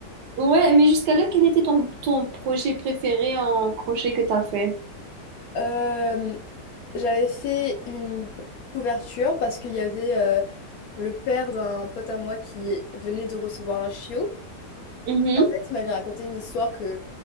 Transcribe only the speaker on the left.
Euh, j'avais fait une couverture parce qu'il y avait euh, le père d'un pote à moi qui venait de recevoir un chiot.
Et en fait, il m'avait raconté une histoire que